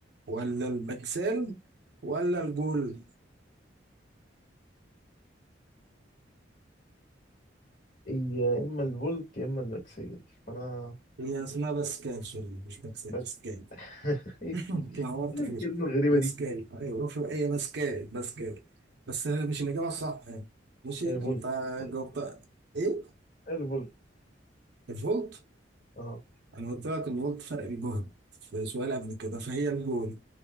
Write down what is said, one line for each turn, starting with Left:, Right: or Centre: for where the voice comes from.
Right: ولا البكسل ولا الجول
Left: يا اما الفولت يا اما البكسل انا
Right: هي اسمها باسكال سوري مش بكسل
Left: بس
Right: باسكال <coughs>
Left: <laughs> ايه
Right: <laughs> اتلخبطت
Left: الكلمة
Right: في
Left: الغريبة
Right: باسكال
Left: دي
Right: ايوه في- هي باسكال باسكال بس مش الإجابة الصح يعني ماشي
Left: <laughs> إيه فولت
Right: انت
Left: فولت.
Right: جاوبت ايه
Left: إيه الفولت
Right: الفولت
Left: اه
Right: انا قلت لك ان قلت فرق الجهد في سؤال قبل كده فهي الجول